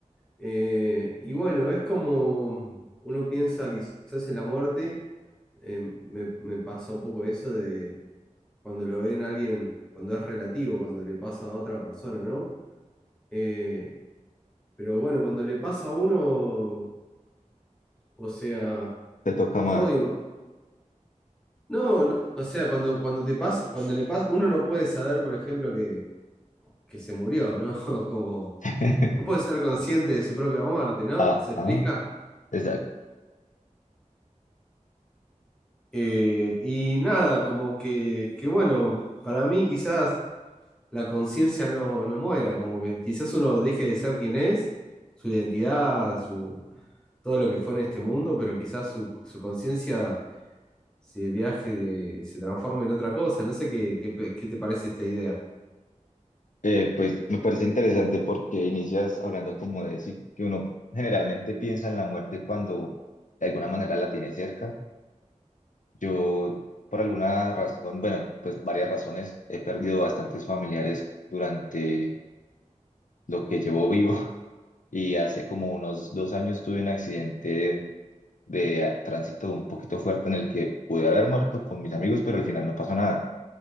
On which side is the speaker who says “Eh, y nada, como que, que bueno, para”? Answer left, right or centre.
Centre